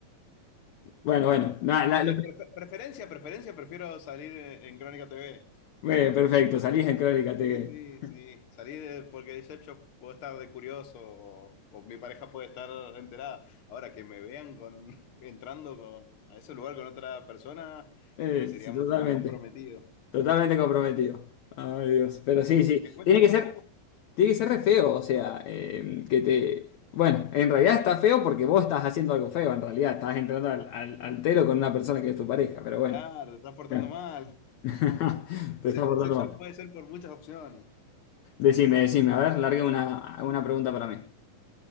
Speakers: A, on the left; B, on the left.
A: Bueno, bueno, nada, la-
B: no, de
A: lo-
B: pre- preferencia, preferencia, prefiero salir en, en Crónica TV.
A: bueno, perfecto, salís en Crónica TV.
B: Sí, sí, sí, sí. Salir eh, porque yo, yo puedo estar de curioso o, o mi pareja puede estar enterada. Ahora que me vean con, <laughs> entrando con, a ese lugar con otra persona
A: Eh,
B: y sería
A: sí, totalmente.
B: mucho más comprometido.
A: Totalmente comprometido. Ay, Dios. Pero
B: Eh,
A: sí,
B: Me,
A: sí.
B: me cuesta
A: Tiene
B: un
A: que ser,
B: poco,
A: tiene que ser re feo. O sea, eh, que te. Bueno, en realidad está feo porque vos estás haciendo algo feo. En realidad estás entrando al, al, al telo con una persona que es tu pareja. Pero bueno.
B: claro, te estás portando
A: Claro.
B: mal.
A: <laughs> Te
B: El
A: estás
B: se-
A: portando
B: el sex
A: mal.
B: shop puede ser por muchas opciones.
A: Decime, decime. A ver, largue una, una pregunta para mí.